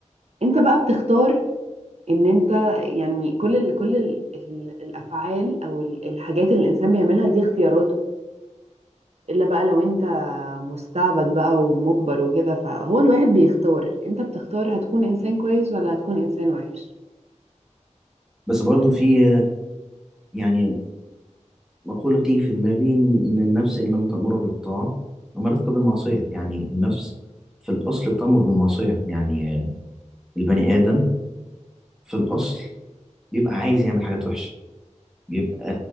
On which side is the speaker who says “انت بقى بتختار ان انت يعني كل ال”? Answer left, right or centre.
Right